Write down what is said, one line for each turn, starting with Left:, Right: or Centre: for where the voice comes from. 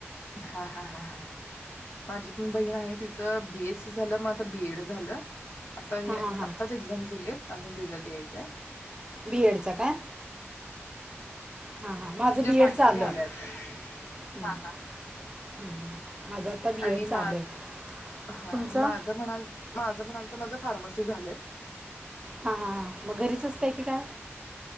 Left: हा हा हा हा. माझी पण बहीण आहे तिच तर बी एस सी झालं मग आता बी एड झालं. आता हे
Right: हां हां हां
Left: आत्ताच एक्झाम दिलेत. अजून रिझल्ट यायचंय.
Right: बीएडच काय ह हा माझं
Left: म्हणजे
Right: बीएड
Left: फायनल
Right: चालू
Left: झालंय
Right: आहे.
Left: आता
Right: हम्म.
Left: हा हा हा.
Right: माझं आता बीएड
Left: आणि मा
Right: चालू आहे.
Left: हा
Right: तुमचं
Left: आणि माझं म्हणाल माझ म्ह माझ फार्मसी झालय.
Right: हा हा ह मग घरीच असतेय की काय?